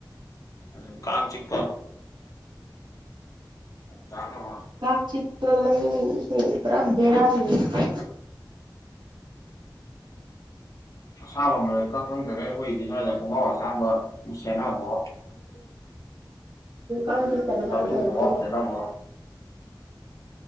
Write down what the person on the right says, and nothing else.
ꯀꯥꯡ ꯆꯤꯛꯄ ꯃꯩ ꯎꯝ ꯄꯨꯔꯥ ꯕꯦꯔꯥꯅꯤ <unintelligible>
<unintelligible> ꯀꯥꯡ ꯆꯤꯛꯇꯅꯕꯅ
ꯇꯧꯕꯅꯦ